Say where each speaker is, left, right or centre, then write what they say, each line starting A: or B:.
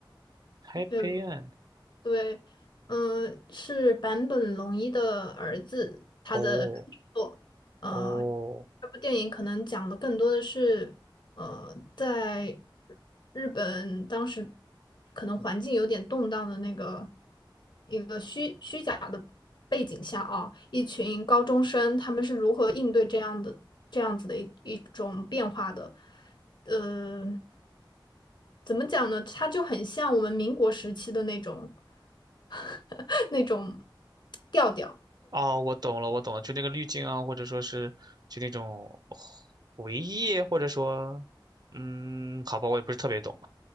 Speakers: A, on the right; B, on the left.
A: ？Happy
B: 对。
A: End。
B: 对，嗯、是坂本龙一的儿子，他的处女作。
A: 哦
B: 呃，
A: 哦，
B: 这部电影可能讲的更多的是，呃，在日本当时可能环境有点动荡的那个一个虚虚假的背景下啊，一群高中生他们是如何应对这样的这样子的一一种变化的。呃，怎么讲呢？它就很像我们民国时期的那种 <laughs> 那种调调。
A: 哦，我懂了，我懂了，就那个滤镜啊，或者说是就那种回忆，或者说，嗯，好吧，我也不是特别懂。